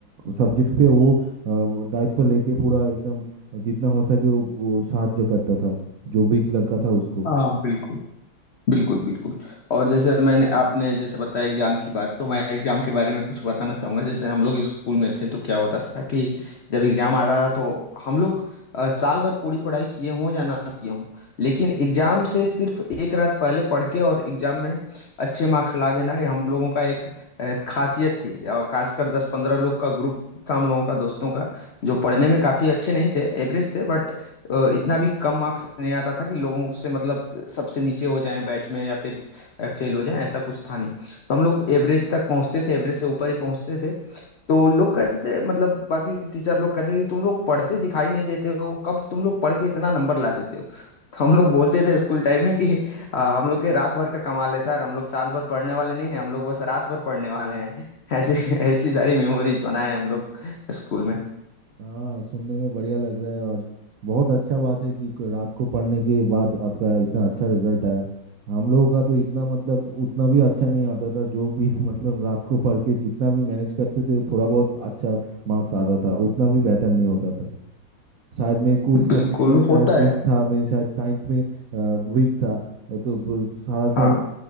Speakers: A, on the right; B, on the left.
A: सब्जेक्ट पे वो अ, वो दायित्व लेके पूरा एकदम जितना हो सके वो, वो साहाଯ୍य करता था जो वीक लड़का था उसको
B: हाँ बिल्कुल बिल्कुल बिल्कुल और जैसे मैंने आपने जैसे बताया एग्जाम की बात तो मैं एग्जाम के बारे में कुछ बताना चाहूंगा जैसे हम लोग स्कूल में थे तो क्या होता था कि जब एग्जाम आता था तो हम लोग अ, साल भर पूरी पढ़ाई किए हों या ना किए हों लेकिन एग्जाम से सिर्फ एक रात पहले पढ़ के और एग्जाम में अच्छे मार्क्स ला देना ये हम लोगों का एक अ, खासियत थी और खासकर दस पंद्रह लोग का ग्रुप था हम लोगों का दोस्तों का जो पढ़ने में काफी अच्छे नहीं थे एवरेज थे बट अ, इतना भी कम मार्क्स नहीं आता था कि लोगों से मतलब सबसे नीचे हो जाएं बैच में या फिर फेल हो जाएं ऐसा कुछ था नहीं तो हम लोग एवरेज तक पहुंचते थे एवरेज से ऊपर ही पहुंचते थे तो लोग कहते थे मतलब बाकी टीचर लोग कहते थे कि तुम लोग पढ़ते दिखाई नहीं देते हो कब तुम लोग पढ़ के इतना नंबर ला देते हो तो हम लोग बोलते थे स्कूल टाइम में कि "अ, हम लोग के रात भर का कमाल है सर हम लोग साल भर पढ़ने वाले नहीं हैं हम लोग बस रात भर पढ़ने वाले हैं <laughs> ऐसी ऐसी सारी मेमोरीज बनाए हैं हम लोग स्कूल में
A: हाँ सुनने में बढ़िया लग रहा है और बहुत अच्छा बात है कि क- रात को पढ़ने के बाद आपका इतना अच्छा रिजल्ट आया हम लोगों का तो इतना मतलब उतना भी अच्छा नहीं आता था जो भी <laughs> मतलब रात को पढ़ के जितना भी मैनेज करते थे थोड़ा बहुत अच्छा मार्क्स आता था उतना भी बेहतर नहीं होता था शायद मैं कुछ सब्जेक्ट
B: बिल्कुल
A: में शायद
B: होता
A: वीक
B: है
A: था मैं शायद साइंस में वीक था तो ब- सारा साल
B: हाँ